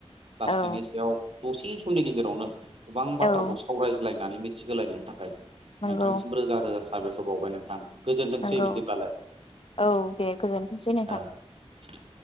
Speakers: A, on the right; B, on the left.
A: प्लाष्टिकनि
B: औ
A: सायाव दसे समनि गेजेरावनो गोबां बाथ्राखौ
B: औ
A: सावरायज्लायनानै मिथिहोलायनायनि थाखाय
B: नंगौ
A: नोंथांसिम रोजा रोजा साबायखर बावबाय नोंथां। गोजोनथोंसै
B: नंगौ
A: बिदिब्लालाय
B: औ दे गोजोनथोंसै नोंथां
A: औ।